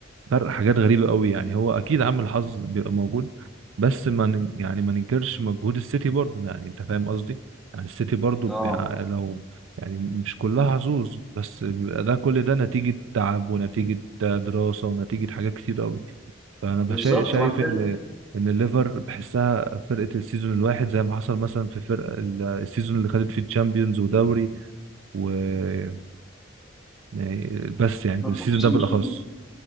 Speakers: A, on the right (about 70°); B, in the centre.
A: فرق حاجات غريبة قوي يعني هو أكيد عامل حظ بيبقى موجود بس ما ن- يعني ما ننكرش مجهود السيتي برضه يعني أنت فاهم قصدي؟ يعني السيتي برضه
B: اه
A: بيع- لو يعني مش كلها حظوظ بس بيبقى ده كل ده نتيجة تعب ونتيجة دراسة ونتيجة حاجات كتير قوي فأنا بشا-
B: بالظبط
A: شايف
B: ما أنا ده
A: إن
B: اللي-
A: إن الليفر بحسها فرقة السيزون الواحد زي ما حصل مثلا في فرق ال- السيزون اللي خدت فيه تشامبيونز ودوري و يعني بس يعني
B: ما
A: بالسيزون
B: بص
A: ده
B: مش
A: بالأخص